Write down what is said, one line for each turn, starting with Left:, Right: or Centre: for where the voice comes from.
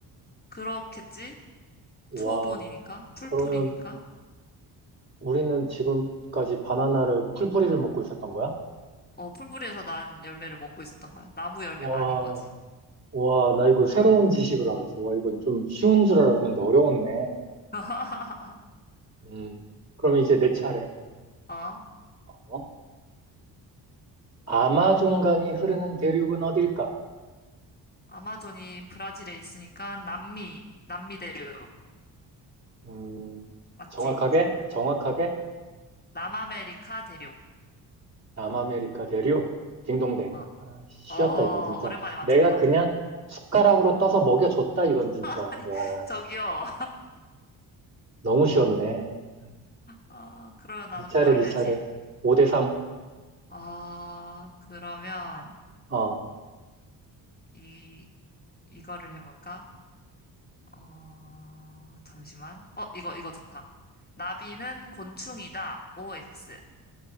Left: 그렇겠지?
Right: 와,
Left: 초본이니까, 풀뿌리니까.
Right: 그러면 우리는 지금까지 바나나를 풀뿌리를 먹고 있었던 거야?
Left: 어, 풀뿌리에서 난 열매를 먹고 있었던 거야. 나무 열매가
Right: 와,
Left: 아닌 거지.
Right: 와, 나 이거 새로운 지식을 알았어. 와, 이건 좀 쉬운 줄 알았는데 어려웠네.
Left: <laughs>
Right: 음, 그럼 이제 내 차례.
Left: 어?
Right: 어? 아마존강이 흐르는 대륙은 어딜까?
Left: 아마존이 브라질에 있으니까 남미, 남미 대륙.
Right: 음,
Left: 맞지?
Right: 정확하게? 정확하게?
Left: 남아메리카 대륙.
Right: 남아메리카 대륙? 딩동댕.
Left: 어,
Right: 아, 쉬었다,
Left: 어,
Right: 이건 진짜.
Left: 오랜만에 맞췄다.
Right: 내가 그냥 숟가락으로 떠서 먹여줬다, 이건 진짜.
Left: <laughs> 아니,
Right: 와,
Left: 저기요.
Right: 너무 쉬웠네. 음,
Left: 아, 그러면 나는
Right: 네 차례,
Left: 뭐를
Right: 네
Left: 내지?
Right: 차례. 5대 3.
Left: 아, 그러면
Right: 어,
Left: 이 이거를 해볼까? 어, 잠시만. 어, 이거 이거 좋다. 나비는 곤충이다. OX.